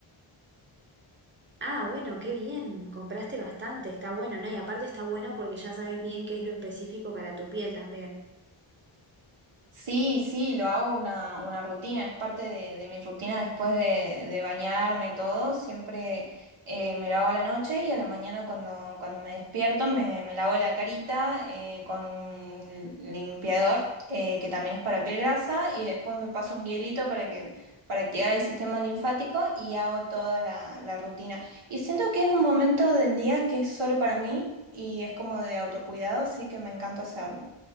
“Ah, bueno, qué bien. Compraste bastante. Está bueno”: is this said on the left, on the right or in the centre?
Right